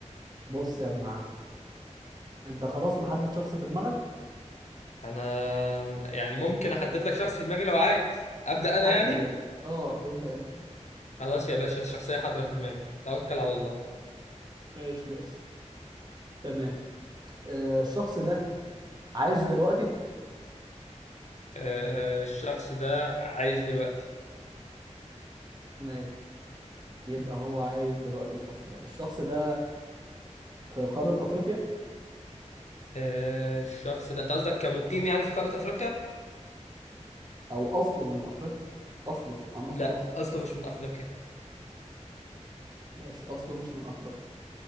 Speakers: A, on the right; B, on the left.
A: بص يا ابن عمي انت خلاص محدد شخص في دماغك
B: انا يعني ممكن احدد لك شخص في دماغي لو عايز ابدا انا
A: حدد
B: يعني
A: يا- اه ابدا انت
B: خلاص يا باشا الشخصيه حاضره في دماغي توكل على الله
A: ماشي يا اسطى تمام آه، الشخص ده عايش دلوقتي
B: آه، الشخص ده عايش دلوقتي
A: ماشي يبقى هو عايش دلوقتي الشخص ده الشخص ده في قارة أفريقيا
B: آه، الشخص ده انت قصدك كمقيم يعني في قاره افريقيا
A: أو أصله من أفريقيا أصله أنا أقصد
B: لا
A: أصله
B: اصله مش من افريقيا
A: ماشي أصله مش من أفريقيا